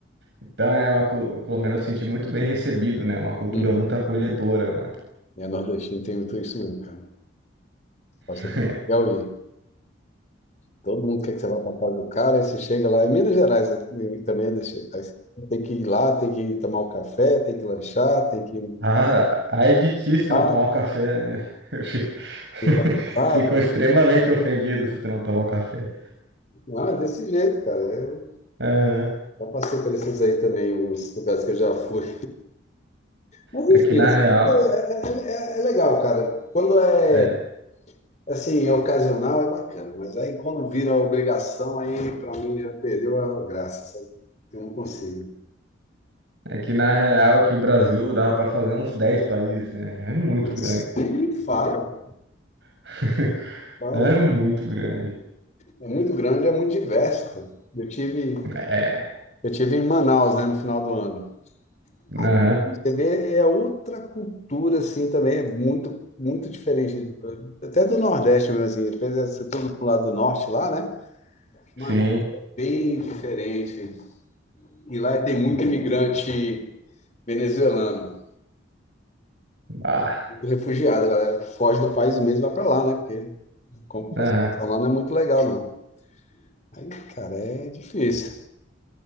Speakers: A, on the right; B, on the left.
A: Então, é uma, cu- pelo menos eu senti muito bem recebido, né? Uma cultura
B: Uhum.
A: muito acolhedora lá.
B: É, nordestino tem muito isso mesmo, cara. Passa
A: <laughs>
B: por Piauí. Todo mundo quer que você vá para casa do cara, aí você chega lá. Em Minas Gerais né, e também é desse jeito. Aí você tem que ir lá, tem que tomar um café, tem que lanchar, tem que ir
A: Ah, ai de ti se tu
B: lá.
A: não tomar o café, né? <laughs> Fi- <laughs>
B: Fico cansado.
A: Ficam extremamente ofendidos se tu não tomar o café.
B: Ah, desse jeito, cara. É,
A: Aham.
B: já passei por esses aí também, alguns lugares que eu já fui. Mas
A: É
B: enfim,
A: que na
B: assim,
A: real,
B: É, é legal, cara. Quando é,
A: é,
B: assim, é ocasional, é bacana. Mas aí quando vira obrigação, aí pra mim já perdeu a graça, sabe? Eu não consigo.
A: é que na real que o Brasil dava pra fazer uns 10 países, né? É muito
B: Putz,
A: grande.
B: nem fala,
A: <laughs>
B: fala.
A: É muito grande.
B: É muito grande, é muito diverso, cara. Eu tive,
A: É.
B: eu tive em Manaus, né, no final do ano. Aí
A: Aham.
B: Você vê, é outra cultura, assim, também, é muito, muito diferente, do- até do Nordeste mesmo, assim, apesar de ser tudo pro lado do Norte lá, né?
A: Sim.
B: Mas bem diferente. E lá tem muito imigrante venezuelano,
A: Ah.
B: muito refugiado, galera que foge do país mesmo e vai para lá, né? Porque como passar
A: Aham.
B: lá não é muito legal, não. Aí, cara, é difícil,